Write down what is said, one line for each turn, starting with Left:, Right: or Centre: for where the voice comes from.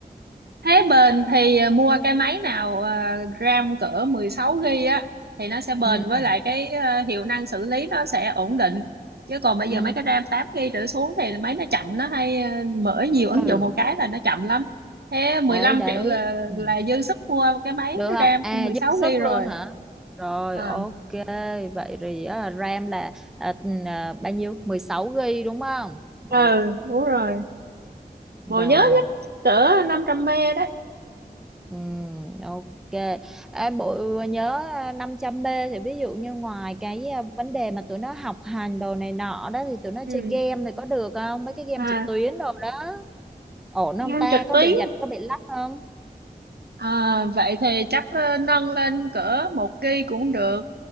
Right: Thế bền thì ờ, mua cái máy nào ờ, RAM cỡ 16 GB á thì nó sẽ bền
Centre: ừ
Right: với lại cái ờ, hiệu năng xử lý nó sẽ ổn định. Chứ còn bây
Centre: ừ
Right: giờ mấy cái RAM 8 GB trở xuống thì máy nó chậm nó hay ờ, mở nhiều ứng
Centre: ừ
Right: dụng một cái là nó chậm lắm. Thế 15
Centre: đấy đấy
Right: triệu là
Centre: ừ.
Right: là dư sức mua cái máy
Centre: được không
Right: RAM
Centre: à
Right: 16
Centre: dư sức
Right: GB rồi.
Centre: luôn hả rồi
Right: Ờ.
Centre: ok vậy thì á, RAM là à, ừ, à, bao nhiêu 16 GB đúng không
Right: ừ
Centre: ok
Right: đúng rồi bộ
Centre: rồi
Right: nhớ nhất chắc cỡ 500 mê đấy
Centre: ừ, ok à, bộ ờ, nhớ à, 500B thì ví dụ như ngoài cái à, vấn đề mà tụi nó học hành đồ này nọ đó thì tụi nó
Right: ừ
Centre: chơi game thì có được không mấy cái game
Right: à
Centre: trực tuyến đồ đó ổn không
Right: game
Centre: ta
Right: trực
Centre: có
Right: tuyến
Centre: bị giật có bị lắc không
Right: À, vậy thì chắc ờ, nâng lên cỡ một kg cũng được.